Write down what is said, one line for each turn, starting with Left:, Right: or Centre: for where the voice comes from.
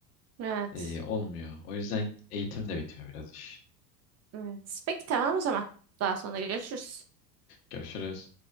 Right: Evet.
Left: e, olmuyor. O yüzden eğitim de bitiyor biraz iş.
Right: Evet. Peki tamam o zaman. Daha sonra görüşürüz.
Left: Görüşürüz.